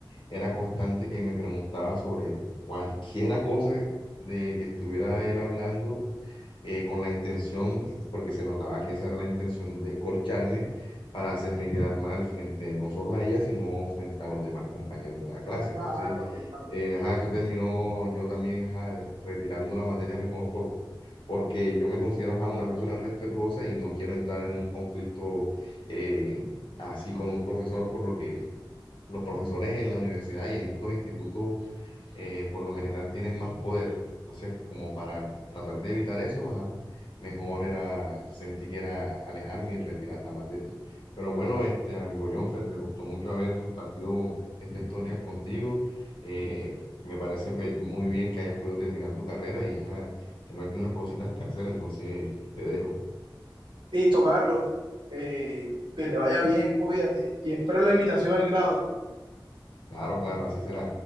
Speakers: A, on the left; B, on the right.
A: era constante que me preguntaba sobre cualquiera cosa de que estuviera él hablando eh, con la intención, porque se notaba que esa era la intención de corcharme para hacerme quedar mal frente no solo a ella, sino frente a los demás compañeros de la clase.
B: Claro,
A: Entonces,
B: que claro.
A: eh, ajá, eso terminó yo también ajá, retirando la materia mejor por, porque yo me considero ajá, una persona respetuosa y no quiero entrar en un conflicto eh, así con un profesor, por lo que los profesores en la universidad y en estos institutos eh, por lo general tienen más poder. Entonces, como para tratar de evitar eso, ajá, mejor era, sentí que era alejarme y retirar la materia. Pero bueno, este amigo Jonfer, me gustó mucho haber compartido esta historia contigo. Eh, me parece pe- muy bien que hayas podido terminar tu carrera y ajá, tengo aquí unas cositas que hacer, entonces te dejo.
B: Listo, Carlos. eh, que te vaya bien, cuídate. Y espero la invitación al grado.
A: Claro, claro, así será.